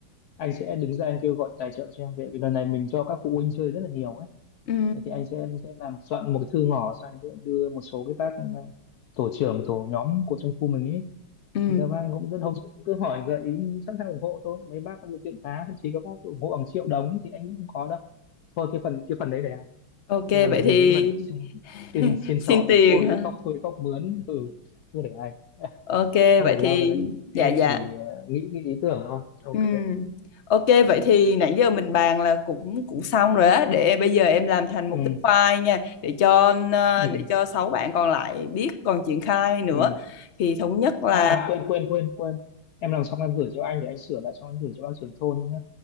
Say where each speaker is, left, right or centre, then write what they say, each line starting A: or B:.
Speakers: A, on the left; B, on the left.
A: anh sẽ đứng ra anh kêu gọi tài trợ cho em về vì lần này mình cho các phụ huynh chơi rất là nhiều ấy
B: ừ
A: Thế thì anh sẽ sẽ làm soạn một cái thư ngỏ xong anh sẽ đưa một số cái bác ờ, tổ trưởng tổ nhóm của trong khu mình ấy
B: ừ
A: Dạ vâng, cũng rất hôm trước cứ hỏi gợi ý sẵn sàng ủng hộ thôi. Mấy bác có điều kiện giá thậm chí có bác ủng hộ bằng triệu đồng thì anh nghĩ không có đâu. Thôi cái phần cái phần đấy để anh.
B: ok
A: Cái phần
B: vậy
A: gì
B: thì
A: cái phần xin
B: <laughs>
A: xin xin
B: xin
A: xỏ
B: tiền
A: ỉ ôi
B: hả
A: khóc thôi khóc mướn ừ, cứ để anh. <laughs>
B: Ok,
A: Không
B: vậy
A: phải
B: thì
A: lo cái đấy. Em
B: dạ dạ.
A: chỉ ờ, nghĩ cái ý tưởng thôi. Ok.
B: Ừm. Ok, vậy thì nãy giờ mình bàn là cũng cũng xong rồi á, để bây giờ em làm thành một
A: Ừ
B: cái file nha, để cho ờ,
A: ừ
B: để cho sáu bạn còn lại biết còn triển khai nữa.
A: ừ.
B: Thì thống nhất là
A: À quên quên quên quên. Em làm xong em gửi cho anh để anh sửa lại xong anh gửi cho bác trưởng thôn nhé.